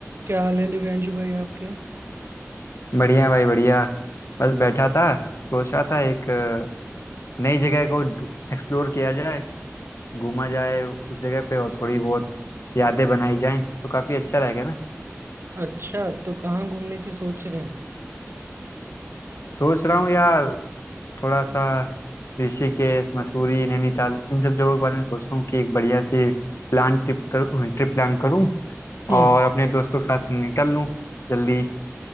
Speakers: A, on the right (about 50°); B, on the left (about 65°).
A: क्या हाल है दिव्यांशु भाई आपके
B: बढ़िया भाई बढ़िया बस बैठा था सोच रहा था एक अ, नई जगह को एक्सप्लोर किया जाए घूमा जाए उस जगह पे और थोड़ी बहुत यादें बनाई जाएं तो काफी अच्छा रहेगा ना
A: अच्छा तो कहाँ घूमने की सोच रहे हैं
B: सोच रहा हूँ यार थोड़ा सा ऋषिकेश मसूरी नैनीताल इन सब जगहों के बारे में सोच रहा हूँ कि एक बढ़िया सी प्लान ट्रिप करूँ ट्रिप प्लान करूँ
A: हम्म
B: और अपने दोस्तों के साथ निकल लूँ जल्दी